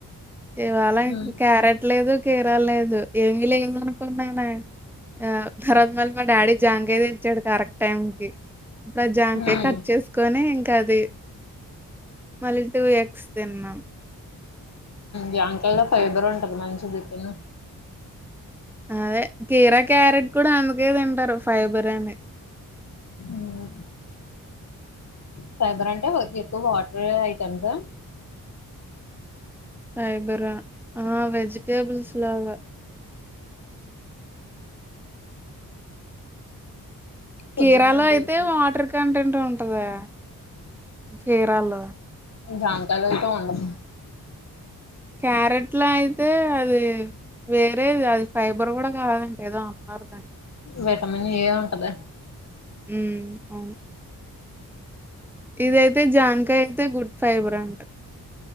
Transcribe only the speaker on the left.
ఉమ్
ఉమ్
జంకైలో ఫైబర్ ఉంటది మంచిది తిను
ఉమ్ ఫైబర్ అంటే ఎక్కువ వా రే ఐటమ్స్ ఆ
పొద్దున్న
దోశలు
జంకాలతో ఉండదు
విటమిన్ ఏ ఉంటదా